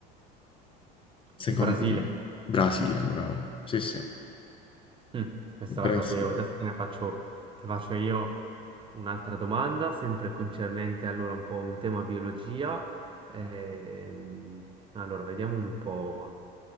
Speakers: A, on the left; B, on the right.
A: secondo
B: Il Brasile.
A: te? Brasile, bravo. Sì, sì,
B: Mm, questa
A: Brasile.
B: la sapevo. Adesso te ne faccio, ti faccio io un'altra domanda, sempre concernente allora un po' un tema biologia. Ehm, allora, vediamo un po'.